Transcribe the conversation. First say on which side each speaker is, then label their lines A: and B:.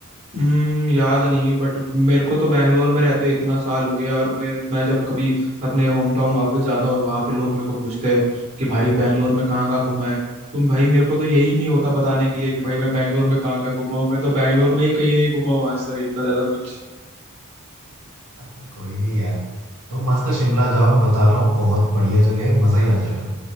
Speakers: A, on the right (about 30°); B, on the right (about 65°).
A: हम्म याद नहीं बट मेरे को तो बैंगलोर में रहते इतना साल हो गया और मैं मैं जब कभी अपने होम टाउन वापस जाता और वहाँ पे लोग मेरे को पूछते हैं कि भाई बैंगलोर में कहाँ कहाँ घूमा है तुम भाई मेरे को तो यही नहीं होता बताने के लिए कि भाई मैं बैंगलोर में कहाँ कहाँ घूमा हूँ मैं तो बैंगलोर में ही कहीं नहीं घूमा हूँ आज तक इतना ज्यादा कुछ
B: <laughs> कोई नहीं यार तुम मस्त शिमला जाओ मैं बता रहा हूँ बहुत बढ़िया जगह है मजा ही आ जाएगा